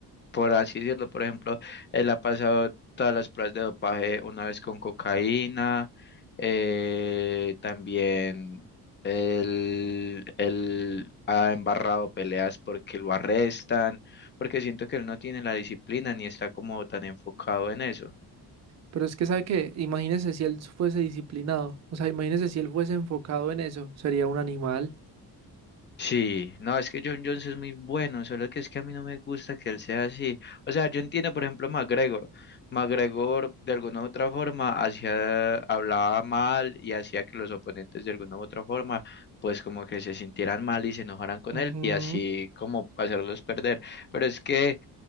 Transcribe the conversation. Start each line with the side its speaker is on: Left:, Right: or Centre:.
Left: por así decirlo. Por ejemplo, él ha pasado todas las pruebas de dopaje una vez con cocaína, eh, también él, él ha embarrado peleas porque lo arrestan, porque siento que él no tiene la disciplina ni está como tan enfocado en eso.
Right: Pero es que sabe que, imagínese si él fuese disciplinado, o sea, imagínese si él fuese enfocado en eso, sería un animal.
Left: Sí, no, es que John Jones es muy bueno, solo que es que a mí no me gusta que él sea así. O sea, yo entiendo, por ejemplo, McGregor. McGregor, de alguna u otra forma, hacía, hablaba mal y hacía que los oponentes, de alguna u otra forma, pues como que se sintieran mal y se enojaran con
Right: Ujú.
Left: él y así como hacerlos perder. Pero es que